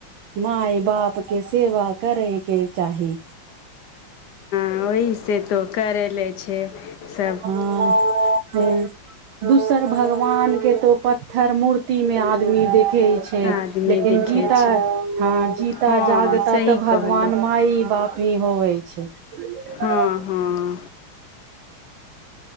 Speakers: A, on the right; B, on the left.
A: माय बाप के सेवा करयके चाही
B: नऔइस से तऽ करि लै छै सभ
A: हँ ह दूसर भगवान के तो पत्थर मूर्ति मे आदमी देख केछै
B: आदमी
A: लेकिन
B: देखै
A: जीता
B: छै
A: हँ जीता
B: हँ
A: जागता
B: सही
A: तऽ भगवान
B: कहलहुँ
A: माइ बाप भी होवै छै
B: हँ
A: आ <unintelligible>
B: हँ